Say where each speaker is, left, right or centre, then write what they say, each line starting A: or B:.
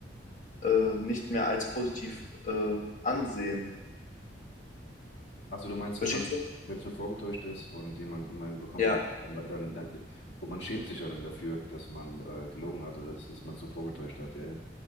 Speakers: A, on the left (about 45°); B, on the left (about 80°).
A: äh, nicht mehr als positiv äh, ansehen.
B: Achso, du meinst,
A: Verstehst
B: wenn man,
A: du?
B: wenn es nur vorgetäuscht ist und jemand, man bekommt
A: Ja,
B: dann, aber dann, dann, und man schämt sich ja dann dafür, dass man äh, gelogen hat oder dass, dass man es nur vorgetäuscht hat. Ja, ja,